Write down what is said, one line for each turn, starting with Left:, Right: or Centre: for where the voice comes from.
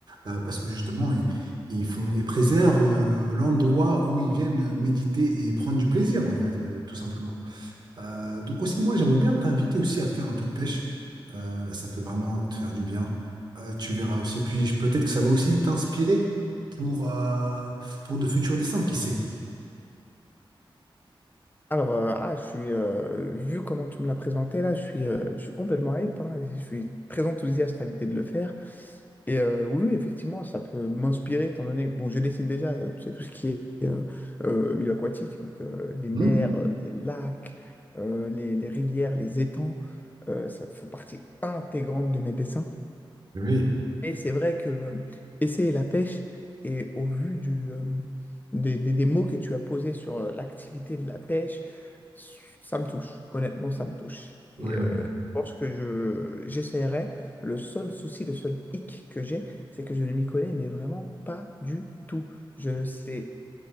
Right: Euh, parce que justement, ils font, ils préservent euh, l'endroit où ils viennent méditer et prendre du plaisir, en fait, euh, tout simplement. Euh, donc aussi, moi, j'aimerais bien t'inviter aussi à faire un peu de pêche. Euh, ça peut vraiment te faire du bien. Euh, tu verras aussi. Puis je- peut-être que ça va aussi t'inspirer pour, euh, pour de futurs dessins, qui sait.
Left: Alors, euh, ah, je suis, euh, vu comment tu me l'as présenté là, je suis, euh, je suis complètement hype, hein. je suis très enthousiaste à l'idée de le faire. Et euh, oui, oui, effectivement, ça peut m'inspirer, étant donné bon, je dessine déjà, euh, tu sais, tout ce qui est euh, euh, milieu aquatique, donc euh, les mers,
Right: Hmm
Left: euh, les lacs, euh, les, les rivières, les étangs, euh, ça fait partie intégrante de mes dessins.
Right: Oui,
Left: Mais c'est vrai que euh, essayer la pêche, et au vu du, euh, des, des- des mots que tu as posés sur euh, l'activité de la pêche, ça me touche. Honnêtement, ça me touche.
Right: oui,
Left: Et
Right: oui.
Left: euh, je pense que je, j'essaierai. Le seul souci, le seul hic que j'ai, c'est que je ne m'y connais, mais vraiment pas du tout. Je ne sais